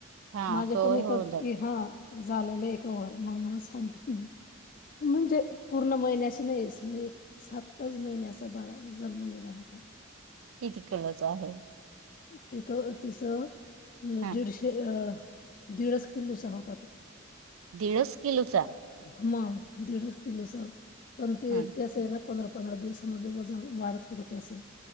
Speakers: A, on the right (about 80°); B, on the left (about 45°).
A: हा
B: माझ्या
A: कवर
B: पण इथ
A: होऊ जात
B: हा झालेलं एक वर म्हणून सांगते. म्हणजे? पूर्ण महिन्याची नाहीस म्हणजे एक सातच महिन्याचा बाळा जन्मलेला होता.
A: किती किलोचा आहे.?
B: तिथं तिसं म्हणजे
A: हा
B: दीडशे अ दीडच किल्लोचा होत.
A: दीडच किलोचा?
B: मग दीड किलो स पण ते
A: हा
B: इतिहास आहे ना. पंधरा पंधरा दिवसांमध्ये वजन वाढत होतं ते असं.